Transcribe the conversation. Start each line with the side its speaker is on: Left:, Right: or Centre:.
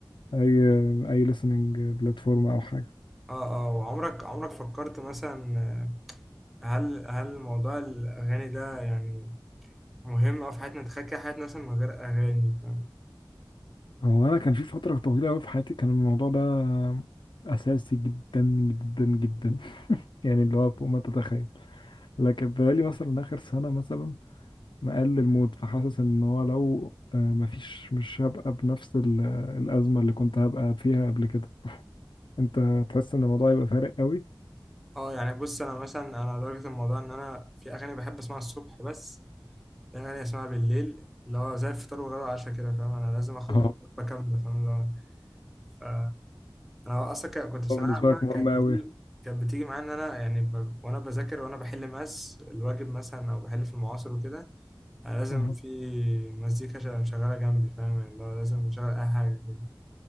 Left: اي اي listening بلاتفورم او حاجه
Centre: آه آه وعمرك عمرك فكرت مثلا آه، هل هل موضوع الأغاني ده يعني مهم أوي في حياتنا تخيل كده حياتنا مثلا من غير أغاني فاهم
Left: هو انا كان في فتره طويله قوي في حياتي كان الموضوع ده اساسي جدا جدا جدا <laughs> يعني اللي هو فوق ما تتخيل لكن بقالي مثلا اخر سنه مثلا مقلل المود فحاسس ان هو لو آه، مفيش مش هبقى بنفس ال- الازمه اللي كنت هبقى فيها قبل كده انت تحس ان الموضوع يبقى فارق قوي
Centre: آه يعني بص أنا مثلا أنا لدرجة الموضوع إن أنا في أغاني بحب أسمعها الصبح بس في أغاني أسمعها بالليل اللي هو زي الفطار والغدا والعشاء كده فاهم أنا لازم آخد
Left: اه
Centre: الوجبة كاملة فاهم اللي هو انا اصلا ك- كنت في ثانويه
Left: هو بالنسبه
Centre: عامه
Left: لك مهم
Centre: كانت
Left: قوي
Centre: بتيجي كانت بتيجي معايا ان انا يعني ب... وانا بذاكر وانا بحل ماس الواجب مثلا او بحل في المعاصر وكده انا لازم
Left: اه
Centre: في مزيكا شغ- شغاله جنبي فاهم يعني اللي هو لازم اشغل اي حاجه كده